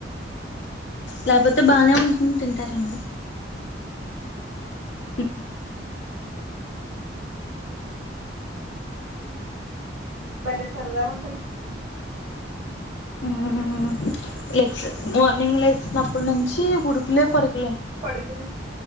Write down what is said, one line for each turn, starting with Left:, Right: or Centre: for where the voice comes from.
Left: లేకపోతే బానే వండుకొని తింటారండి. <unintelligible>
Right: <inaudible> బలే సరదా ఉం
Left: హ్మ్ లెగ్స్ మార్నింగ్ లేసిన అప్ పుట్ నుంచి ఉరుకులే పరుక్
Right: పడుకుని